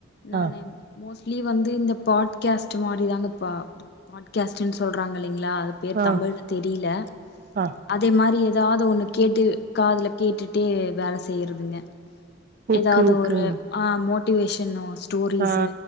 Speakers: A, on the left; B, on the right.
A: நானு
B: ஆ
A: மோஸ்ட்லி வந்து இந்த பாட்கேஸ்ட் மாதிரிதாங்க பா பாட்கேஸ்ட்டுன்னு சொல்றாங்க இல்லைங்ளா அது பேர்
B: ஆ
A: தமிழ்ல தெரில
B: ஆ
A: அதே மாதிரி ஏதாவது ஒன்னு கேட்டு காதுல கேட்டுட்டே வேல செய்றதுங்க
B: ஓகே
A: ஏதாவது
B: ஓகே
A: ஒரு ஆ மோட்டிவேஷன் நோட்ஸ் ஸ்டோரிஸ்
B: ஆ